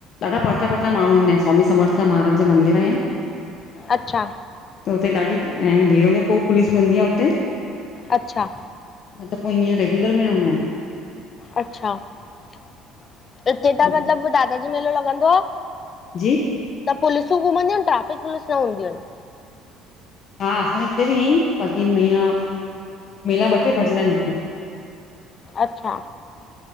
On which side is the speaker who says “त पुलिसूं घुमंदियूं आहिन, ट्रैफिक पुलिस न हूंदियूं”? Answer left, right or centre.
Left